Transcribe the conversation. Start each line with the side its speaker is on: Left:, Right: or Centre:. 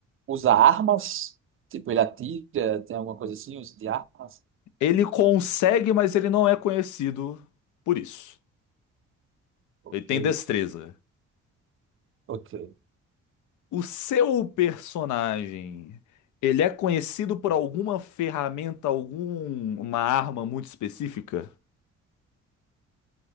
Right: usa armas? Tipo, ele atira, tem alguma coisa assim, uso de armas?
Left: Ele consegue, mas ele não é conhecido por isso.
Right: Ok,
Left: Ele tem destreza.
Right: ok, ok.
Left: O seu personagem, ele é conhecido por alguma ferramenta, alguma arma muito específica?